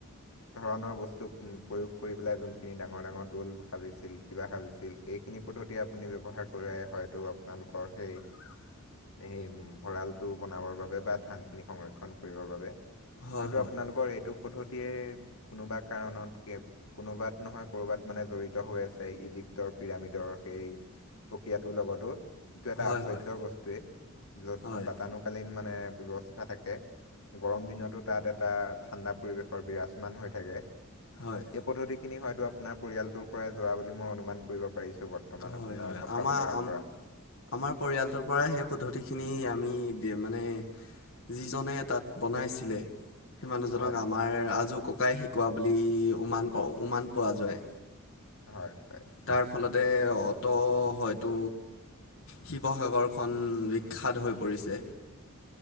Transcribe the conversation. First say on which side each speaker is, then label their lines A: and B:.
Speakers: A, on the left; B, on the left.
A: ধৰণৰ বস্তু প্ৰয়োগ কৰি পেলাই যোনখিনি ডাঙৰ ডাঙৰ দল সাজিছিল কিবা সাজিছিল। সেইখিনি পদ্ধতিয় আপুনি ব্যৱহাৰ কৰে। হয়তো আপোনালোকৰ সেই
B: <unintelligible>
A: সেই ভঁৰালটো বনাবৰ বাবে বা ধান খিনি সংৰক্ষণ কৰিবৰ বাবে।
B: হয়
A: হয়তটো
B: হয়
A: আপোনালোকৰ এইটো পদ্ধতি।
B: <unintelligible>
A: কোনোবা কাৰণত কেব কোনোবাত নহয় ক'ৰবাত মানে জড়িত হৈ আছে ইজিপ্তৰ পিৰামিডৰ
B: <inaudible>
A: সেই প্ৰক্ৰিয়াটোৰ লগতো, এইটো এটা
B: হয়
A: আশ্চৰ্যৰ
B: হয়
A: বস্তুয়েই, য'ত
B: হয়
A: বাটানুকালীন মানে ব্যৱস্থা থাকে, গৰম দিনতো তাত এটা ঠাণ্ডা পৰিৱেশৰ বিৰাজমান হৈ থাকে।
B: হয় হয়
A: এই পদ্ধতি খিনি হয়তো আপোনাৰ পৰিয়ালটোৰ পৰাই যোৱা বুলি মই অনুমান কৰিব পাৰিছো বৰ্তমান আপোনাৰ
B: হয় হয়
A: কথা-বতৰাৰ
B: আমাৰ আম-
A: পৰা।
B: আমাৰ পৰিয়ালটোৰ পৰা সেই পদ্ধতিখিনি আমি দে মানে যিজনে তাত বনাইছিলে। সেই মানুহজনক
A: হয়
B: আমাৰ আজৌ ককাই শিকোৱা বুলি উমান পাও উমান পোৱা যায়।
A: হয় হয়
B: তাৰ ফলতে অটো অ', হয়তো শিৱসাগৰখন বিখ্যাত হৈ পৰিছে।